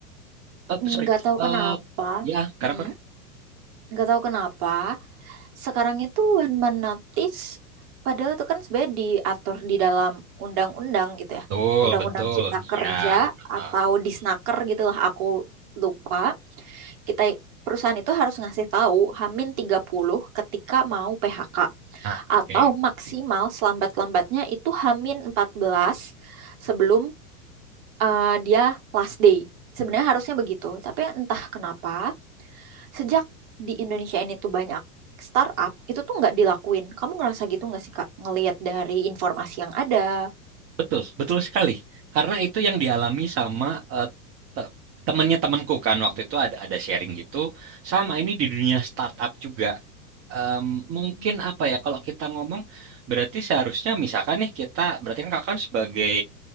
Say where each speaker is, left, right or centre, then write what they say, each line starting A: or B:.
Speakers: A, on the right; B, on the right.
A: Eh,
B: Enggak
A: sorry.
B: tahu
A: Eh,
B: kenapa.
A: ya, karena
B: Mm-mm. Enggak tahu kenapa. Sekarang itu one man notice, padahal itu kan sebenarnya diatur di dalam undang-undang gitu
A: Betul,
B: ya. Undang-undang
A: betul.
B: Cipta Kerja
A: Ya. Ah,
B: atau Disnaker gitulah aku lupa. Kita perusahaan itu harus ngasih tahu Hamin 30 ketika mau PHK.
A: Nah,
B: Atau
A: oke.
B: maksimal selambat-lambatnya itu Hamin 14 sebelum eh, dia last day. Sebenarnya harusnya begitu, tapi entah kenapa sejak di Indonesia ini tuh banyak startup, itu tuh nggak dilakuin. Kamu ngerasa gitu nggak sih, Kak, ngelihat dari informasi yang ada?
A: Betul, betul sekali. Karena itu yang dialami sama eh, te- temennya temanku kan waktu itu ada ada sharing gitu. Sama ini di dunia startup juga. Em, mungkin
B: Mm.
A: apa ya kalau kita ngomong berarti seharusnya misalkan nih kita berarti kan kakak kan sebagai